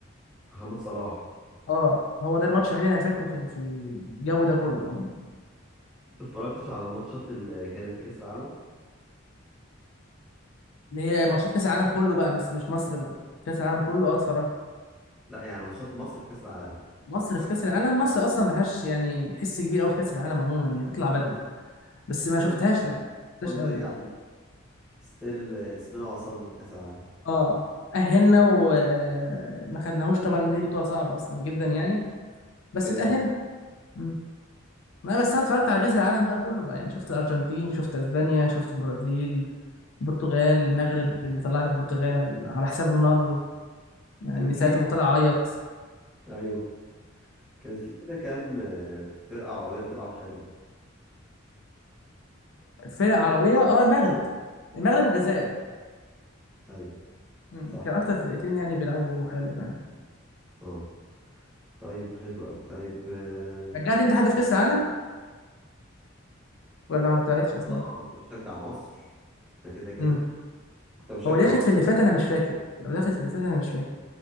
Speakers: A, in the centre; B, on the left.
A: محمد صلاح
B: اه هو ده الماتش الوحيد اللي انا فاكره في ال- في الجو ده كله عموما.
A: ما اتفرجتش على الماتشات اللي كانت في كأس العالم
B: اللي هي ماتشات كاس العالم كله بقى مش مش مصر بقى كاس العالم كله اه اتفرجت
A: لا يعني ماتشات مصر في كأس العالم
B: مصر في كاس العالم مصر اصلا ملهاش يعني حس كبير قوي في كاس العالم عموما يعني بتطلع بدري بس ما
A: ما
B: شفتهاش
A: كنت
B: لا ما
A: برضه
B: شفتهاش قوي
A: ايه
B: يعني
A: يعني ستيل اسمنا وصلنا لكأس العالم
B: اه أهلنا وما خدناهوش طبعا دي بطولة صعبة أصلا جدا يعني بس
A: كده
B: اتأهلنا
A: كده
B: مم. لا بس انا اتفرجت على كأس العالم بقى كله بقى يعني شفت الارجنتين شفت اسبانيا شفت البرازيل البرتغال المغرب اللي طلعت البرتغال على حساب رونالدو يعني
A: كان في
B: ساعتها هو طلع عيط
A: ايوه كان في كده كام آه، فرقة عربية بتلعب حلو
B: فرق عربية اه المغرب المغرب والجزائر
A: ايوه
B: مم.
A: صح
B: كان اكتر فرقتين يعني بيلعبوا حلو يعني
A: اه طيب حلو قوي طيب آه،
B: رجعت انت حد في كأس العالم ولا ما تبعتش اصلا
A: طبعا كنت بشجع مصر ده كده كده
B: مم.
A: كنت بشجع
B: هو داخل
A: برضه
B: في اللي فات انا مش فاكر لو داخل في اللي فات انا مش فاكر